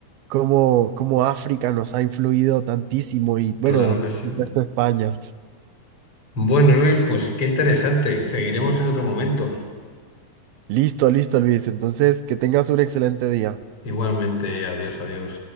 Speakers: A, on the right; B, on the left.
A: cómo, cómo África nos ha influido tantísimo y bueno,
B: claro que sí.
A: esto España.
B: Bueno, Luis, pues qué interesante. Seguiremos en otro momento.
A: Listo, listo, Luis. Entonces, que tengas un excelente día.
B: Igualmente, adiós, adiós.